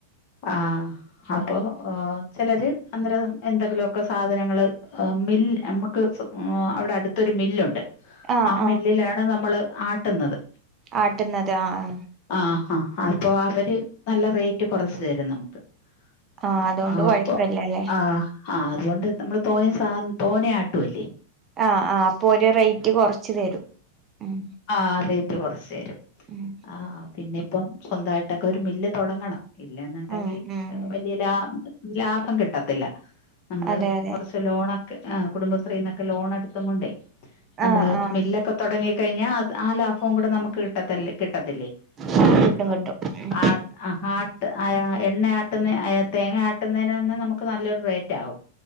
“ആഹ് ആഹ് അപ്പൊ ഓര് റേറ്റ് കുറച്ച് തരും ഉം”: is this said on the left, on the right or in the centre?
Right